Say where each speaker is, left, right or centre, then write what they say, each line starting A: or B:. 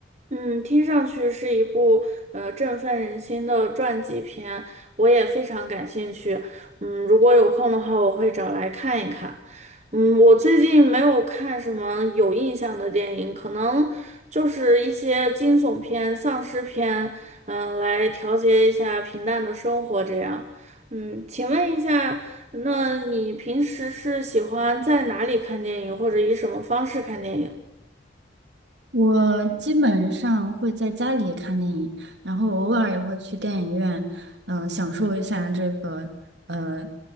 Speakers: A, on the right; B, on the right.
A: 嗯，听上去是一部呃振奋人心的传记片，我也非常感兴趣。嗯，如果有空的话，我会找来看一看。嗯，我最近没有看什么有印象的电影，可能就是一些惊悚片、丧尸片，嗯、来调节一下平淡的生活这样。嗯，请问一下，那你平时是喜欢在哪里看电影，或者以什么方式看电影呢
B: 我基本上会在家里看电影，然后偶尔也会去电影院，嗯、享受一下这个呃